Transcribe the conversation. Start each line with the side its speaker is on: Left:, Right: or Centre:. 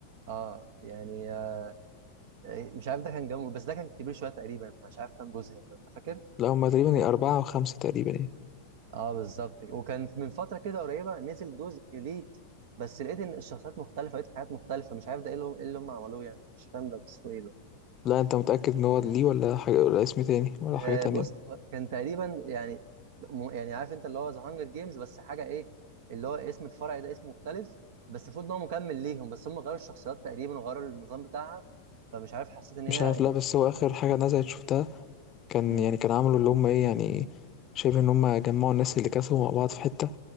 Right: اه يعني آه مش عارف ده كان جنبه بس ده كان كبير شويه تقريبا مش عارف كام جزء والله. انت فاكر
Left: لأ هُم تقريبًا 4 أو 5 تقريبًا يعني،
Right: اه بالظبط كده. وكان من فتره كده قريبه نزل جزء ليه بس لقيت ان الشخصيات مختلفه لقيت حاجات مختلفه مش عارف ده ايه اللي هم, إيه اللي هم عملوه يعني مش فاهم ده قصته ايه ده
Left: لأ أنت متأكد إن هو ليه والّا حاجة والّا اسم تاني والّا
Right: آه
Left: حاجة تانية؟
Right: بص هو كان تقريبا يعني م- يعني عارف انت اللي هو ذا هانجر جيمز بس حاجه ايه اللي هو اسم الفرع ده اسم مختلف بس المفروض ان هو مكمل ليهم بس هم غيروا الشخصيات تقريبا وغيروا النظام بتاعها فمش عارف حسيت ان هي
Left: مش عارف لأ بس هو آخر حاجة نزلت شُفتها كان
Right: مم.
Left: يعني كان عملوا اللي هُم إيه يعني شبه إن هُم جمّعوا الناس اللي كسبوا مع بعض في حتّة